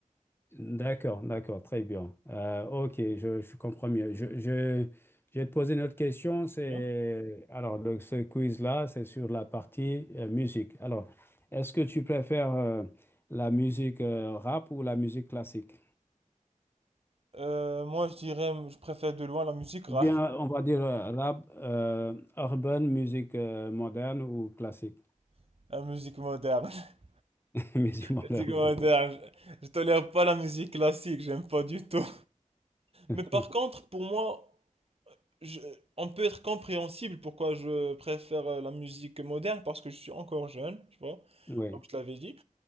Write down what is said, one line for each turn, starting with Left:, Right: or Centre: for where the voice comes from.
Left: D'accord, d'accord, très bien. Euh, ok, je, je comprends mieux. Je, je, je vais te poser une autre question. C'est,
Right: Ouais.
Left: alors, le- ce quiz-là, c'est sur la partie euh, musique. Alors, est-ce que tu préfères euh, la musique euh, rap ou la musique classique?
Right: Euh, moi, je dirais, je préfère de loin la musique rap,
Left: Ou Bien, on va dire euh, rap, euh, urban, musique euh, moderne ou classique?
Right: <laughs> la musique moderne. <laughs>
Left: <laughs> Musique moderne.
Right: La musique moderne, je, je tolère pas la musique classique, j'aime pas du tout.
Left: <laughs>
Right: Mais par contre, pour moi, je- on peut être compréhensible pourquoi je préfère euh, la musique moderne, parce que je suis encore jeune, tu vois,
Left: Oui,
Right: comme je te l'avais dit.